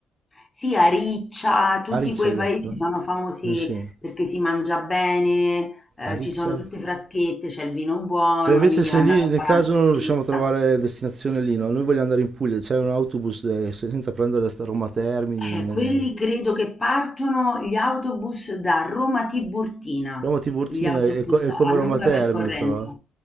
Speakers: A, on the left; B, on the right.
A: sì, a Riccia, tutti
B: Ariccia
A: quei
B: hai
A: paesi
B: detto?
A: sono famosi
B: Mi sembra.
A: perché si mangia bene, eh,
B: Ariccia?
A: ci sono tutte fraschette, c'è il vino buono,
B: Beh, invece
A: quindi
B: se
A: andate
B: lì
A: a
B: nel
A: fare
B: caso
A: una
B: non
A: porchetta.
B: riusciamo a trovare destinazione lì, no? Noi vogliamo andare in Puglia, c'è un autobus eh, se- senza prendere sta Roma Termini.
A: Eh,
B: eh.
A: quelli
B: eh.
A: credo che partono gli autobus da Roma a Tiburtina,
B: Roma Tiburtina
A: gli autobus
B: è, co- è
A: a
B: come
A: lunga
B: Roma Termini
A: percorrenza.
B: però.